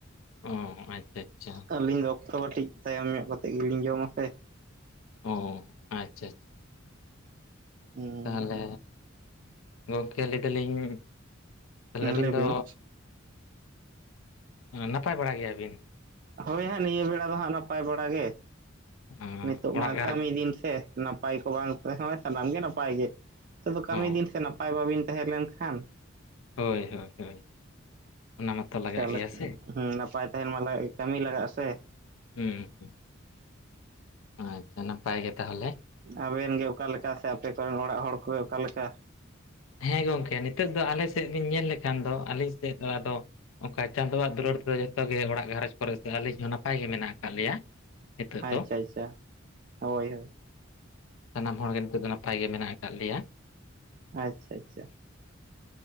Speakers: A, on the left; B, on the right.
A: ᱚ ᱟᱪᱪᱷᱟ ᱟᱪᱪᱷᱟ
B: ᱟᱹᱞᱤᱧ ᱫᱚᱼᱼ ᱛᱚ ᱠᱟᱹᱴᱤᱡ ᱛᱟᱭᱚᱢ ᱧᱚᱜ ᱠᱟᱛᱮᱜ ᱜᱮᱞᱤᱧ ᱡᱚᱢᱟ ᱥᱮᱼᱼ
A: ᱚᱸᱻ ᱟᱪᱪᱷᱟ-ᱟᱪᱪᱷᱟ
B: ᱦᱩᱸ
A: ᱛᱟᱦᱚᱞᱮ ᱜᱚᱢᱠᱮ ᱞᱟᱹᱭ ᱫᱟᱹᱞᱤᱧ ᱛᱟᱦᱚᱞᱮ ᱟᱹᱵᱤᱱ
B: ᱞᱟᱹᱭᱵᱤᱱ
A: ᱫᱚ ᱩᱸ ᱱᱟᱯᱟᱭ ᱵᱟᱲᱟ ᱜᱮᱭᱟ ᱵᱤᱱ?
B: ᱦᱳᱭ ᱦᱟᱸ ᱱᱤᱭᱟᱹ ᱵᱮᱲᱟ ᱫᱚ ᱦᱟᱸᱜ ᱱᱟᱯᱟᱭ ᱵᱟᱲᱟ ᱜᱮ,
A: ᱟᱸ,
B: ᱱᱤᱛᱚᱜ
A: ᱚᱲᱟᱜ
B: ᱢᱟ
A: ᱜᱷᱟᱨᱚᱸᱡᱽ
B: ᱠᱟᱹᱢᱤ ᱫᱤᱱ ᱥᱮ᱾ ᱱᱟᱯᱟᱭ ᱠᱚ ᱵᱟᱝ ᱛᱟᱦᱮᱸ ᱥᱟᱱᱟᱢ ᱜᱮ ᱱᱟᱯᱟᱭ ᱜᱮ, ᱱᱤᱛᱚᱜ ᱫᱚ ᱠᱟᱹᱢᱤ
A: ᱚ
B: ᱫᱤᱱ ᱥᱮ ᱱᱟᱯᱟᱭ ᱵᱟᱵᱤᱱ ᱛᱟᱦᱮᱸ ᱞᱮᱱ ᱠᱷᱟᱱ
A: ᱦᱳᱭ ᱦᱳᱭ ᱦᱳᱭ᱾ ᱚᱱᱟ ᱢᱟᱛᱚ ᱞᱟᱜᱟᱜ
B: ᱛᱟᱦᱞᱮ
A: ᱜᱮᱭᱟ ᱥᱮ
B: ᱦᱩᱸ ᱱᱟᱯᱟᱭ ᱛᱟᱸᱦᱮᱱ ᱢᱟ ᱠᱟᱹᱢᱤ ᱞᱟᱜᱟᱜᱼᱟ ᱥᱮ?
A: ᱦᱩᱸ ᱦᱩᱸ᱾ ᱟᱪᱪᱷᱟ ᱱᱟᱯᱟᱭ ᱜᱮ ᱛᱟᱦᱚᱞᱮ᱾
B: ᱟᱵᱮᱱ ᱜᱮ ᱚᱠᱟ ᱞᱮᱠᱟ ᱥᱮ ᱟᱯᱮ ᱠᱚᱨᱮᱱ ᱚᱲᱟᱜ ᱦᱚᱲ ᱠᱚᱜᱮ ᱚᱠᱟ ᱞᱮᱠᱟ?
A: ᱦᱮᱸ ᱜᱚᱝᱠᱮ ᱱᱤᱛᱚᱜ ᱫᱚ ᱟᱞᱮ ᱥᱮᱫ ᱵᱮᱱ ᱧᱮᱞ ᱞᱮᱠᱷᱟᱱ ᱫᱚ, ᱟᱹᱞᱤᱧ ᱥᱮᱫ ᱫᱚ ᱟᱫᱚ ᱚᱠᱟ ᱪᱟᱸᱫᱳᱣᱟᱜ ᱫᱩᱞᱟᱹᱲ ᱛᱮ ᱫᱚ ᱡᱷᱚᱛᱚ ᱜᱮ ᱚᱲᱟᱜ ᱜᱷᱟᱨᱚᱸᱡᱽ ᱨᱮ ᱥᱮ ᱟᱹᱞᱤᱧ ᱦᱚᱸ ᱱᱟᱯᱟᱭ ᱜᱮ ᱢᱮᱱᱟᱜ ᱠᱟᱜ ᱞᱮᱭᱟ᱾ ᱱᱤᱛᱚᱜ
B: ᱟᱪᱪᱷᱟ
A: ᱫᱚ
B: ᱟᱪᱪᱷᱟ ᱦᱳᱭ ᱦᱳᱭ᱾
A: ᱥᱟᱱᱟᱢ ᱦᱚᱲ ᱜᱮ ᱱᱤᱛᱚᱜ ᱫᱚ ᱱᱟᱯᱟᱭ ᱜᱮ ᱢᱮᱱᱟᱜ ᱠᱟᱜ ᱞᱮᱭᱟ᱾
B: ᱟᱪᱪᱷᱟ ᱟᱪᱪᱷᱟ᱾